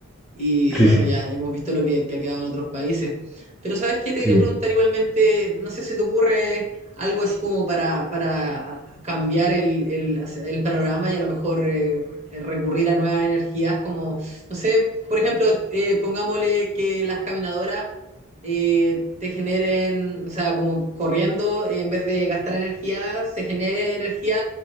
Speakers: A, on the right; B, in the centre.
A: Y
B: Sí,
A: bueno,
B: sí,
A: ya hemos visto lo que, que ha quedado en otros países. Pero ¿sabes qué? Te
B: sí.
A: quería preguntar igualmente, no sé si te ocurre algo así como para, para cambiar el, el- el panorama y a lo mejor eh, re- recurrir a nuevas energías, como, no sé, por ejemplo, eh, pongámosle que las caminadoras eh, te generen, o sea, como corriendo, eh, en vez de gastar energía, se genere energía